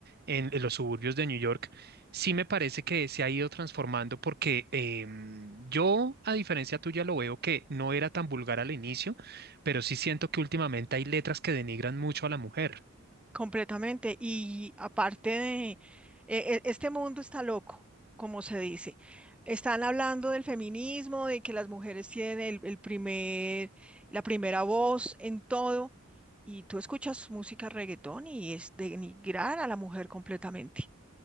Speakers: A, on the right (about 50°); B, in the centre.
A: en, en los suburbios de New York, sí me parece que se ha ido transformando porque em, yo, a diferencia tuya, lo veo que no era tan vulgar al inicio, pero sí siento que últimamente hay letras que denigran mucho a la mujer.
B: Completamente. Y aparte de, e- e- este mundo está loco, como se dice. Están hablando del feminismo, de que las mujeres tienen el, el primer, la primera voz en todo. Y tú escuchas música reggaetón y es denigrar a la mujer completamente.